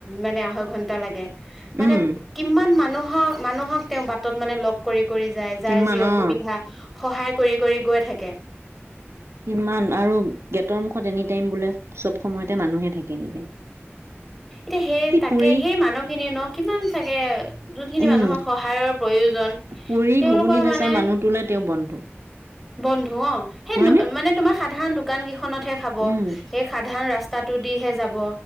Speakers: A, in the centre; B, on the right.
A: মানে আঢ়ৈ ঘন্টা লাগে। মানে
B: উম
A: কিমান মানুহক মানুহক তেওঁ বাটত মানে লগ কৰি কৰি যায় যাৰ
B: কিমান
A: যি অসুবিধা
B: অ
A: সহায় কৰি কৰি গৈ থাকে।
B: ইমান আৰু গেটৰ মুখত এনি টাইম বোলে চব সময়তে মানুহে থাকে এনি টাইম। <inaudible>
A: তে সেই তাকে
B: পুৰি
A: সেই মানুহখিনিৰ ন কিমান চাগে যোনখিনি
B: উম
A: মানুহৰ সহায়ৰ প্ৰয়োজন
B: পুৰি,
A: তেওঁলোকৰ
B: ঘুগুনি বেচা
A: মানে
B: মানুহটোলৈ তেওঁ বন্ধু।
A: বন্ধু অ সেই
B: হয়নে
A: ন মানে তোমাৰ সাধাৰণ দোকান কেইখনতহে খাব।
B: উম
A: সেই সাধাৰণ ৰাস্তাটো দিহে যাব,